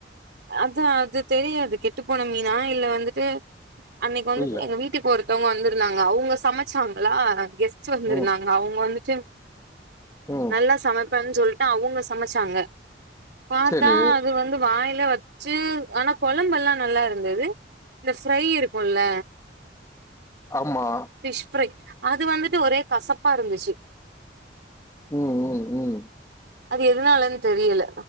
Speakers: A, on the right; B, on the left.
A: அதா அது தெரியாது கெட்டு போன மீனா இல்ல வந்துட்டு அன்னைக்கி வந்துட்டு
B: இல்ல
A: எங்க வீட் வீட்டுக்கு ஒருத்தவங்க வந்திருந்தாங்க அவுங்க சமச்சாங்ளா கெஸ்ட் கெஸ்ட் வந்திருந்தாங்க
B: ம்
A: அவுங்க வந்துட்டு
B: ம்
A: நல்லா சமைப்பேன்னு சொல்லிட்டு அவுங்க சமைச்சாங்க பாத்தா
B: சேரி
A: அது வந்து வாய் கைல வச்சி ஆனா கொழம்பு எல்லா நல்லா இருந்தது இந்த ஃப்ரை இருக்குல்ல
B: ஆமா
A: ஃபிஷ் ஃப்ரை அது வந்துட்டு ஒரே கசப்பா இருந்துச்சி
B: ம் ம் ம்
A: அது எதுனாலன்னு தெரியல